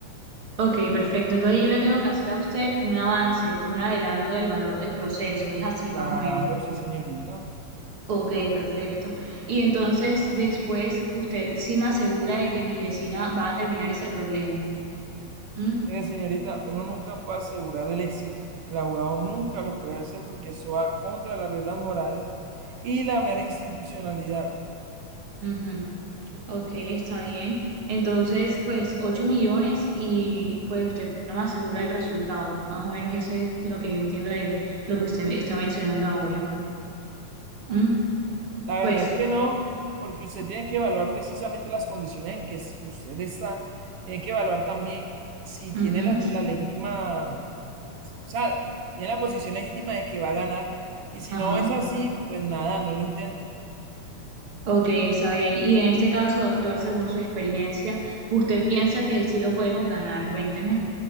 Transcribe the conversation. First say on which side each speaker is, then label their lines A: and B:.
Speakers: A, on the right; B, on the right.
A: ok, perfecto. Entonces yo le tengo que hacer a usted un avance, un adelanto del valor del proceso, es así
B: Claro,
A: más o menos.
B: sí, señorita.
A: Ok, perfecto. Y entonces después usted sí me asegura de que mi vecina va a terminar ese problema. ¿Mm?
B: Mire, señorita, uno nunca puede asegurar el éxito. El abogado nunca lo puede hacer porque eso va contra las reglas morales y la mera institucionalidad.
A: Ujú. Ok, está bien. Entonces, pues 8 millones y pues usted no me asegura el resultado. Más o menos eso es lo que yo entiendo de lo que usted está mencionando ahora. ¿Mm?
B: La verdad
A: Pues,
B: es que no, porque usted tiene que evaluar precisamente las condiciones en que s- usted está. Tiene que evaluar también si tiene
A: ujú,
B: la, la legítima, o sea, tiene la posición legítima de que va a ganar. Y si
A: ajá.
B: no es así, pues nada, no lo intente.
A: Ok, está bien. Y en este caso, doctor, según su experiencia, ¿usted piensa que sí lo podemos ganar? Cuénteme.